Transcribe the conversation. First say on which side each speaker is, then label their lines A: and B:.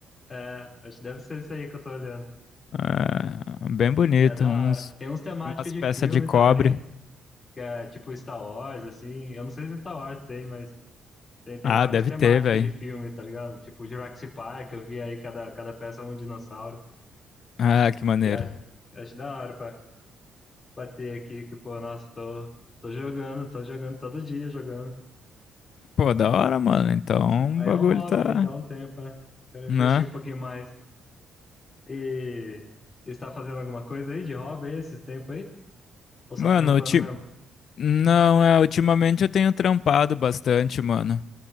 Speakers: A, on the left; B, on the left.
A: É, acho que deve ser isso aí que eu tô olhando.
B: É, bem bonito,
A: É da
B: uns,
A: hora. Tem uns temáticos
B: umas
A: de
B: peças
A: filme
B: de cobre.
A: também, que é tipo Star Wars, assim. Eu não sei se é Star Wars tem, mas tem, tem
B: Ah,
A: vários
B: deve
A: temáticos
B: ter, velho.
A: de filme, tá ligado? Tipo Jurassic Park, eu vi aí cada, cada peça é um dinossauro.
B: Ah, que maneiro.
A: E a- eu acho da hora pra bater aqui, que, pô, nossa, tô, tô jogando, tô jogando todo dia jogando.
B: Pô, da hora, mano. Então,
A: Aí
B: o bagulho
A: é um hobby
B: tá,
A: aí, dá um tempo, né? Quero investir
B: né?
A: um pouquinho mais. E e está fazendo alguma coisa aí de hobby aí esses tempos aí? Ou só
B: Mano,
A: trampando
B: ulti-
A: mesmo?
B: Não, é, ultimamente eu tenho trampado bastante, mano.